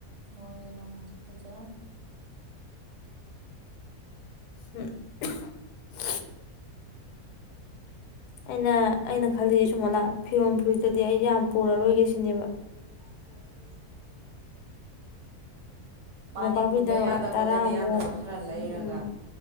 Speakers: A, on the right (about 55°); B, on the left (about 85°).
A: ꯅꯣꯏꯔꯦ ꯅꯪ ꯍꯧꯖꯤꯛ ꯐꯖꯅ
B: <unintelligible> ꯑꯩꯅ ꯑꯩꯅ ꯈꯜꯂꯤꯌꯦ ꯁꯨꯋꯥꯅꯥ ꯐꯤꯔꯣꯝ ꯔꯣꯏꯇꯗꯤ ꯑꯩ ꯌꯥꯝ ꯄꯨꯔꯔꯣꯏꯒꯦ ꯁꯤꯅꯦꯕ
A: ꯄꯨꯔꯔꯣꯏꯒꯦ ꯁꯤꯅꯦꯕ ꯃꯥꯅꯦ
B: ꯃꯣꯝꯄꯥꯛꯄꯤꯗꯛ
A: ꯄꯨꯗ ꯌꯥꯗꯕ
B: ꯇꯔꯥꯃꯨꯛ
A: ꯂꯩꯗ ꯌꯥꯗꯕ ꯈꯔ ꯂꯩꯔꯒ
B: ꯎꯝ